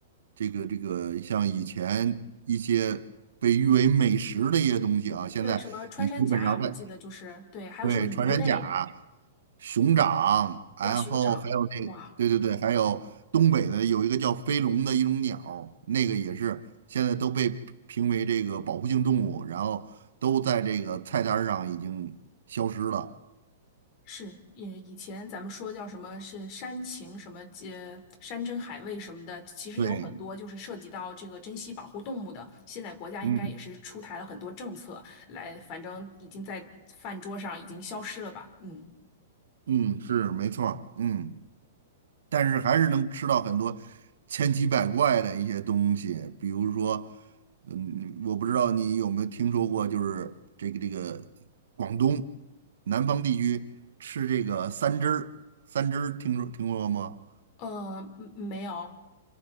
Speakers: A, on the right (about 85°); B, on the left (about 40°).
A: 这个这个像以前一些被誉为美食的一些东西啊，现在你基本上在
B: 对，什么穿山甲啊，我记得就是对，还有什么鱼类，
A: 对，穿山甲、熊掌，然后还有那个对对对，
B: 哇，熊掌，哇。
A: 还有东北的有一个叫飞龙的一种鸟那个也是现在都被评为这个保护性动物，然后都在这个菜单儿上已经消失了。
B: 是，以以前咱们说叫什么是山情什么，呃，山珍海味什么的，其实有很多就是涉及到这个珍稀保护动物的。
A: 对，
B: 现在国家应该也是出台了很多政策来，
A: 嗯
B: 反正已经在饭桌上已经消失了吧？嗯，
A: 嗯，是没错儿嗯。但是还是能吃到很多千奇百怪的一些东西，比如说，嗯，我不知道你有没有听说过，就是这个这个广东南方地区吃这个三汁儿，三汁儿听说听说过吗？
B: 呃，嗯没有